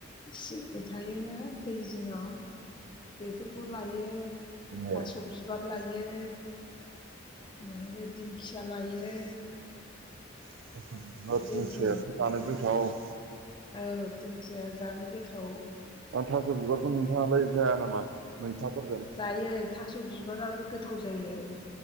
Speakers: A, on the left; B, on the right.
A: सिब्रु थायोना दै जिङाव बेफोरखौ लायो
B: ए
A: थास' बिबार लायो। लायो दिंखिया लायो।
B: दस जानो जोंथाव
A: दै जिं
B: औ <unintelligible> <inaudible>
A: औ दिंखिया जानो गोथाव।
B: थास' बिबारखौ नोंथाङालाय जाया नामा? मैथाफोरजों
A: जायो थास' बिबाराबो गोथाव जायो।